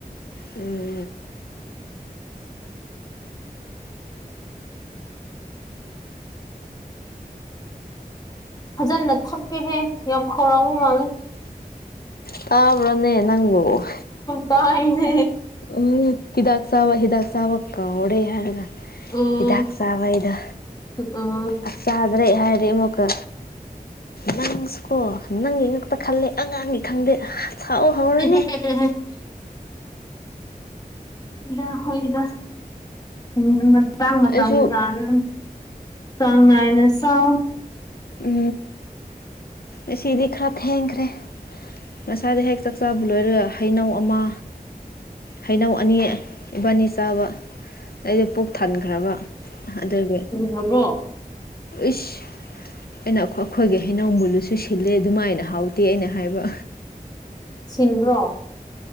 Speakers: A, on the left; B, on the left.
A: ꯎꯝ
B: ꯐꯖꯅ ꯊꯛꯀꯦꯍꯦ ꯌꯥꯝ ꯈꯧꯔꯥꯎꯕ ꯃꯥꯥꯡꯂꯦ
A: ꯇꯥꯕ꯭ꯔꯅ ꯅꯪꯕꯨ
B: ꯇꯥꯏꯅꯦ
A: ꯎ ꯍꯤꯗꯒ ꯁꯕ ꯍꯗꯥꯛ ꯁꯕ ꯀꯧꯔꯦ ꯍꯥꯏꯒ
B: ꯎꯝ
A: ꯍꯤꯗꯥꯛ ꯆꯕꯩꯗ
B: ꯎꯝ
A: ꯑ ꯆꯗ꯭ꯔꯦ ꯍꯥꯏꯗꯤ ꯏꯃꯨꯀ ꯅꯪꯁꯨꯀꯣ ꯅꯪꯒꯤ ꯉꯛꯇ ꯈꯜꯂꯦ ꯑꯉꯥꯡꯅꯤ ꯈꯪꯗꯦ ꯁꯥꯎ
B: <unintelligible>
A: ꯍꯧꯔꯅꯤ
B: ꯏꯗ ꯍꯣꯏꯗ ꯎꯝ ꯃ ꯃꯇꯥꯡ ꯃꯇꯝ
A: ꯑꯩꯁꯨ
B: ꯀꯥꯜꯂꯒ ꯆꯥꯡ ꯅꯥꯏꯅ ꯆꯥꯎ
A: ꯎ ꯑꯁꯤꯗꯤ ꯈꯔ ꯊꯦꯡꯈ꯭ꯔꯦ ꯃꯁꯥꯗ ꯍꯦꯛ ꯆꯥꯛꯆꯥꯥꯕ ꯂꯣꯏꯔꯒ ꯍꯩꯅꯧ ꯑꯃ ꯍꯩꯅꯧ ꯑꯅꯤ ꯏꯕꯥꯅꯤ ꯆꯥꯕ ꯑꯗꯗ ꯄꯨꯛ ꯊꯥꯟꯈ꯭ꯔꯕ ꯑꯗꯨꯒꯤ
B: ꯌꯥꯕ꯭ꯔꯣ
A: ꯏꯁꯁ ꯑꯩꯅ ꯑꯩꯈꯣꯏꯒꯤ ꯍꯩꯅꯧꯕꯨꯜꯂꯨꯁꯨ ꯁꯤꯜꯂꯦ ꯑꯗꯨꯃꯥꯏꯅ ꯍꯥꯎ ꯇꯤ ꯑꯩꯅ ꯍꯥꯏꯕ
B: ꯁꯤꯟꯕ꯭ꯔꯣ